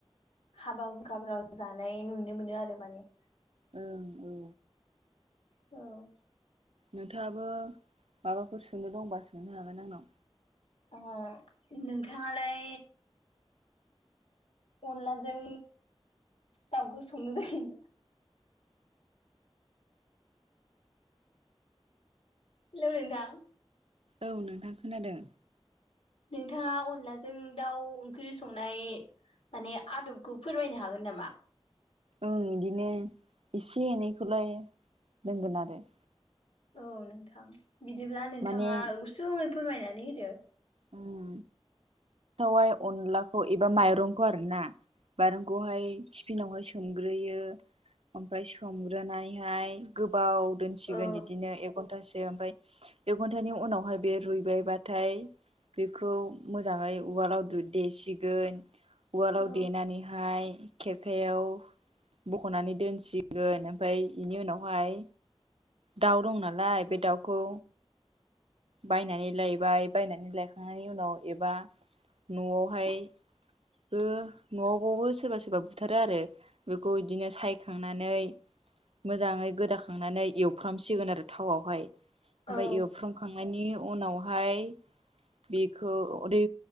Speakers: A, on the left (about 70°); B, on the right (about 70°).
A: हाबा हुखाफ्राव जानाय नुनो मोनो आरो माने
B: ओं औ
A: औ
B: नोंथाङाबो माबाफोर सोंनो दंबा सोंनो हागोन आंनाव
A: अ नोंथाङालाय अनलाजों दाउखौ संनो थाखायै हेलौ नोंथां
B: औ नोंथां खोनादों
A: नोंथाङा अनलाजों दाउ ओंख्रि संनाय माने आदबखौ फोरमायनो हागोन नामा
B: ओं इदिनो इसे एनैखौलाय रोंगोन आरो
A: औ नोंथां बिदिब्ला नोंथाङा
B: माने
A: गुसुङै फोरमायनानै होदो
B: उम थावाइ अनलाखौ एबा माइरंखौ आरो ना माइरंखौहाय थिफिनावहाय सोमग्रोयो ओमफाय सोमग्रोनायहाय गोबाव दोनसिगोन
A: औ
B: बिदिनो एक घन्टासो ओमफाय एक घन्टानि उनावहाय बे रुइबायबाथाय बेखौ मोजाङै उवालाव दु देसिगोन उवालाव
A: औ
B: देनानैहाय खेरखायाव बख'नानै दोनसिगोन ओमफाय इनि उनावहाय दाउ दं नालाय बे दाउखौ बायनानै लायबाय बायनानै लायखांनायनि उनाव एबा न'आवहाय ओ न'आवबावबो सोरबा सोरबा बुथारो आरो बेखौ इदिनो सायखांनानै मोजाङै गोदाखांनानै एवफ्रामसिगोन आरो थावआवहाय ओमफाय
A: औ
B: एवफ्रामखां मानि उनावहाय बेखौ अदै